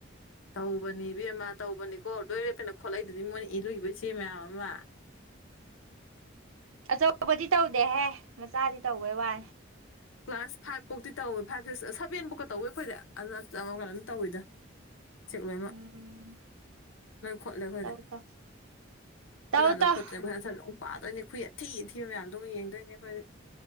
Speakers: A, on the left; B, on the right.
A: ꯇꯧꯕꯅꯦ ꯏꯕꯦꯝꯃ ꯇꯧꯕꯅꯤꯀꯣ ꯂꯣꯏꯔꯦꯞꯄꯦꯅ ꯈꯣꯠꯂꯛꯏꯗꯨꯗꯤ ꯃꯣꯏꯅ ꯏꯂꯨꯏꯕ ꯏꯆꯦ ꯃꯌꯥꯝ ꯑꯃ
B: ꯑꯆꯧꯕꯗꯤ ꯇꯧꯗꯦꯍꯦ ꯃꯆꯥꯗꯤ ꯇꯧꯕꯩ ꯋꯥꯅꯤ
A: ꯀ꯭ꯂꯥꯁ ꯐꯥꯏꯚ ꯐꯧꯇꯤ ꯇꯧꯋꯦ ꯐꯥꯏꯚ ꯁꯤꯛꯁ ꯁꯚꯦꯟ ꯐꯧꯀ ꯇꯧꯋꯤ ꯑꯩꯈꯣꯏꯗ ꯀꯩꯅꯝ ꯇꯧꯋꯤꯗ
B: <inaudible>
A: ꯆꯠ ꯂꯃꯛ
B: ꯎꯝ
A: ꯅꯣꯏ ꯈꯣꯠꯂꯦ ꯑꯩꯈꯣꯏꯗꯤ
B: ꯇꯧ ꯇꯧ ꯇꯧ
A: ꯑꯗꯨꯀꯥꯟꯗꯣ
B: ꯇꯧ
A: ꯈꯣꯠꯇ꯭ꯔꯦ ꯑꯩꯈꯣꯏ ꯍꯟꯊꯠꯂ ꯄꯥꯗꯣꯏꯅꯦ ꯈꯨꯏ ꯑꯊꯤ ꯑꯊꯤꯕ ꯃꯌꯥꯝꯗꯣ ꯑꯃ ꯌꯦꯡꯗꯣꯏꯅꯦ ꯑꯩꯈꯣꯏ